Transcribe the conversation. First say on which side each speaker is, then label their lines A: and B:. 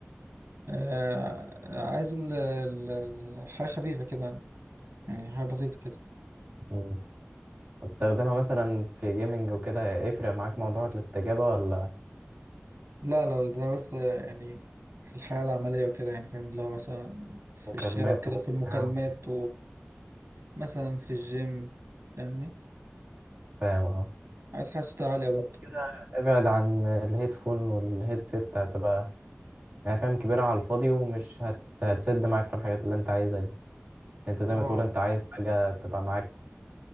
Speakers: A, on the right; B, on the right.
A: آه، عايز ال- ال- الحاجة خفيفة كده يعني حاجة بسيطة كده
B: مم. استخدمها مثلا في جيمنج وكده يفرق معاك موضوع الاستجابة ولا
A: لا لا لا، ده بس يعني في الحياة العملية وكده يعني فاهم اللي هو مثلا في
B: مكالمات
A: الشارع وكده
B: وبتاع
A: في المكالمات ومثلا في الجيم فاهمني
B: فاهم اه
A: عايز حاجة صوتها عالية برضه
B: بس كده ابعد عن الهيدفون والهيدسيت هتبقى يعني فاهم كبيرة على الفاضي ومش هت... هتسد معاك في الحاجات اللي انت عايزها دي انت زي
A: اه
B: ما تقول انت عايز حاجة تبقى معاك